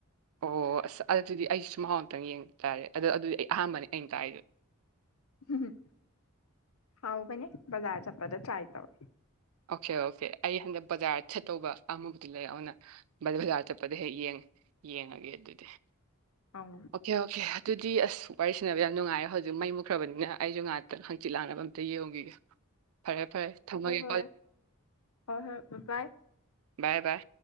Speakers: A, on the right; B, on the left.
A: ꯑꯣ ꯑꯁ ꯑꯗꯨꯗꯤ ꯑꯩꯁꯨ ꯃꯍꯥꯎ ꯑꯃꯨꯛꯇꯪ ꯌꯦꯡ ꯇꯥꯔꯦ ꯑꯗꯣ ꯑꯗꯨꯗꯤ ꯑꯩ ꯑꯍꯥꯟꯕꯅꯦ ꯑꯩꯅ ꯇꯥꯏꯗꯨ
B: ꯎꯝ ꯍꯥꯎꯕꯅꯦ ꯕꯖꯥꯔ ꯆꯠꯄꯗ ꯇ꯭ꯔꯤꯢ ꯇꯧ
A: ꯑꯣꯀꯦ ꯑꯣꯀꯦ ꯑꯩ ꯍꯟꯗꯛ ꯕꯖꯥꯔ ꯆꯠꯇꯧꯕ ꯑꯃꯨꯛꯇꯤ ꯂꯩ ꯑꯗꯨꯅ ꯕꯖꯥꯔ ꯆꯠꯄꯗ ꯍꯦꯛ ꯌꯦꯡꯒꯦ ꯌꯦꯡꯉꯒꯦ ꯑꯗꯨꯗꯤ
B: ꯑꯧ
A: ꯑꯣꯀꯦ ꯑꯣꯀꯦ ꯑꯗꯨ ꯗꯤ ꯑꯁ ꯋꯥꯔꯤ ꯁꯥꯟꯅꯕ ꯌꯥꯝ ꯅꯨꯡꯉꯥꯏꯔꯦ ꯍꯧꯖꯤꯛ ꯃꯩ ꯃꯨꯛꯈ꯭ꯔꯕꯅꯤꯅ ꯑꯩꯁꯨ ꯉꯥꯏꯍꯥꯛꯇꯪ ꯍꯪꯆꯤꯠ ꯂꯥꯡꯅꯕ ꯑꯝꯇ ꯌꯦꯡꯈꯤꯒꯦ ꯐꯔꯦ ꯐꯔꯦ ꯊꯝꯃꯒꯦ
B: ꯑ ꯍꯣꯏ ꯍꯣꯏ ꯕꯥꯢ ꯕꯥꯢ
A: ꯕꯥꯏ ꯕꯥꯏ